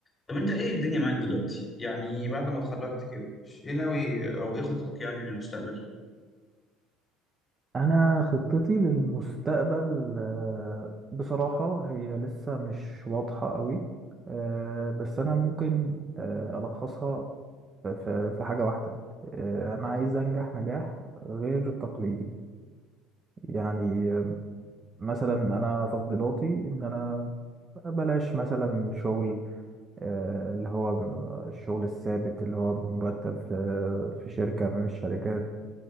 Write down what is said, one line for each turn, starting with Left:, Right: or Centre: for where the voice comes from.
Left: طب انت ايه الدنيا معاك دلوقتي يعني بعد ما اتخرجت كده ايه ناوي او ايه خطتك يعني للمستقبل
Right: انا خطتي للمستقبل آه، بصراحة هي لسه مش واضحة قوي آه، بس انا ممكن آه، الخصها في في- في حاجة واحدة آه، انا عايز انجح نجاح غير تقليدي يعني آه، مثلا انا تفضيلاتي ان انا بلاش مثلا شغل آه، اللي هو الشغل الثابت اللي هو بمرتب في في شركة من الشركات